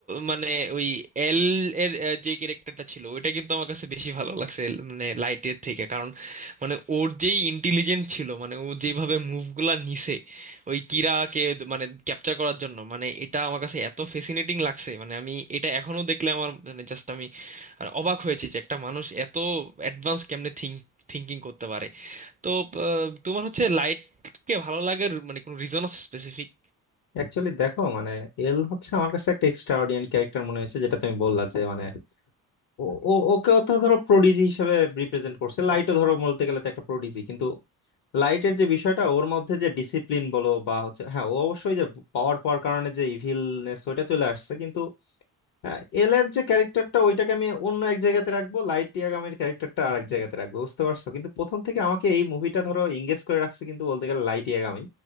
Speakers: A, on the right; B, on the left.
A: মানে ওই এল এর আহ, যে ক্যারেক্টারটা ছিল ওইটা কিন্তু আমার কাছে বেশি ভালো লাগছে L- মানে লাইটের থেকে কারণ মানে ওর যেই ইন্টেলিজেন্ট ছিল মানে ও যেভাবে মুভগুলা নিছে ওই কিরাকে দ- মানে ক্যাপচার করার জন্য মানে এটা আমার কাছে এত ফেসিনেটিং লাগছে মানে আমি এটা এখনো দেখলে আমার মানে জাস্ট আমি আর অবাক হয়েছি যে একটা মানুষ এত অ্যাডভান্স কেমনে থিঙ্ক থিঙ্কিং করতে পারে তো আহ, তোমার হচ্ছে লাইটকে ভালো লাগার মানে কোনো রিজন আছে স্পেসিফিক
B: অ্যাকচুয়ালি দেখো মানে এল হচ্ছে আমার কাছে একটা এক্সট্রা অর্ডিনারি ক্যারেক্টার মনে হয়েছে যেটা তুমি বললা যে মানে ও ও- ওকেও তো ধরো প্রোডিজি হিসেবে রিপ্রেজেন্ট করছে লাইটও ধরো বলতে গেলে তো একটা প্রোডিজি কিন্তু লাইটের যে বিষয়টা ওর মধ্যে যে ডিসিপ্লিন বলো বা হচ্ছে হ্যাঁ ও অবশ্যই যে পাওয়ার পাওয়ার কারণে যে ইভিলনেস ওইটা চলে আসছে কিন্তু হ্যাঁ এল এর যে ক্যারেক্টারটা ওইটাকে আমি অন্য এক জায়গাতে রাখবো লাইট ইয়াগামের ক্যারেক্টারটা আর এক জায়গাতে রাখবো বুঝতে পারছো কিন্তু প্রথম থেকে আমাকে এই মুভিটা ধরো এঙ্গেজ করে রাখছে কিন্তু বলতে গেলে লাইট ইয়াগামি